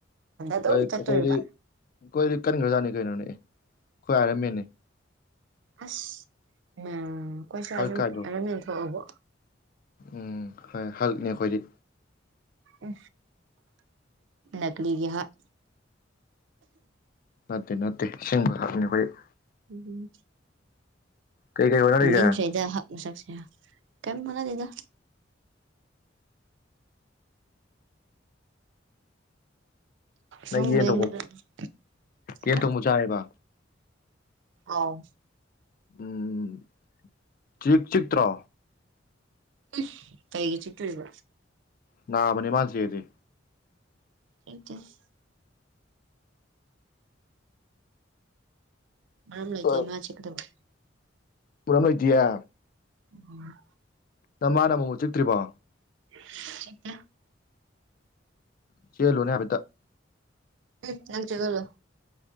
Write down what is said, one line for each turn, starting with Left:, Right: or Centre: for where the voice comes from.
Right: ꯑꯗꯨꯝ
Left: ꯍꯣꯏ ꯑꯩꯈꯣꯏꯗꯤ
Right: ꯆꯠꯇꯣꯔꯤꯕ
Left: ꯑꯩꯈꯣꯏꯗꯤ ꯀꯟꯈ꯭ꯔꯖꯥꯠꯅꯤ ꯀꯩꯅꯣꯅꯦ ꯑꯩ ꯈꯣꯏ ꯑꯥꯏꯔꯥꯟ ꯃꯦꯟꯅꯤ
Right: ꯑꯁ ꯎꯝ ꯈꯣꯏꯁꯋꯥꯏꯁꯨꯨ
Left: ꯍꯜꯛ ꯀꯥꯏꯗꯣ
Right: ꯑꯥꯏꯔꯥꯟ ꯃꯦꯟ ꯊꯣꯛꯑꯕꯣ
Left: ꯎꯝ ꯍꯣꯏ ꯍꯜꯂꯛꯅꯦ ꯑꯩꯈꯣꯏꯗꯤ
Right: ꯎ ꯅꯛꯂꯤꯒꯤ ꯍꯥꯛ
Left: ꯅꯠꯇꯦ ꯅꯠꯇꯦ ꯑꯁꯤꯡꯕ ꯍꯥꯛꯅꯤ ꯑꯩꯈꯣꯏꯗꯤ
Right: ꯎꯝ
Left: ꯀꯩ ꯀꯩ ꯍꯣꯠꯅꯔꯤꯒꯦ
Right: ꯅꯤꯡꯁꯩꯗ ꯍꯥꯛ ꯃꯁꯛꯁꯦ ꯀꯩꯝ ꯍꯤꯠꯅꯗꯦꯗ
Left: ꯅꯪ
Right: ꯁꯨꯝ
Left: ꯌꯦꯟ
Right: ꯂꯦꯡꯕꯗꯅꯤ
Left: ꯊꯣꯡꯕ
Right: ꯀꯩꯕ
Left: ꯌꯦꯟ ꯊꯣꯡꯕ ꯆꯥꯏꯔꯦꯕ
Right: ꯑꯥꯎ
Left: ꯎꯝ ꯆꯤ ꯆꯤꯠꯇ꯭ꯔꯣ
Right: ꯑꯦꯁ ꯀꯩꯒꯤ ꯆꯤꯛꯇꯣꯏꯕ
Left: ꯅꯥꯕꯅꯤ ꯃꯥꯅ ꯆꯤꯛꯑꯗꯤ
Right: <inaudible> ꯃꯔꯝ ꯂꯩꯒꯦ
Left: ꯑ
Right: ꯃꯥ ꯆꯦꯛꯀꯗꯕ
Left: ꯃꯔꯝ ꯂꯩꯇꯤꯌꯦ
Right: ꯎꯝ
Left: ꯅꯪ ꯃꯥꯅ ꯑꯃꯨꯛ ꯆꯤꯛꯇ꯭ꯔꯤꯕꯣ
Right: ꯁꯤꯁ ꯆꯤꯛꯇꯦ
Left: ꯆꯤꯛꯍꯜꯂꯨꯅꯦ ꯍꯥꯏꯐꯦꯠꯇꯪ
Right: ꯏ ꯅꯪ ꯆꯤꯛꯍꯜꯂꯣ